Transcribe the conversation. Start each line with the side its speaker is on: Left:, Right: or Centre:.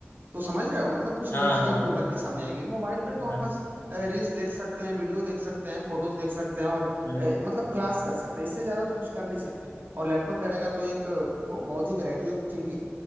Right: तो समझ रहे हो मतलब कुछ
Left: हाँ
Right: नई चीजें
Left: हाँ
Right: भी उभर के सामने आएंगी मोबाइल पे तो हम
Left: हाँ
Right: बस रील्स देख सकते हैं वीडियो देख सकते हैं फोटोज देख सकते हैं और अ,
Left: हम्म
Right: मतलब क्लास कर सकते हैं इससे ज्यादा तो कुछ कर नहीं सकते और लैपटॉप रहेगा तो एक अ, ब- बहुत ही वैरायटी ऑफ थिंग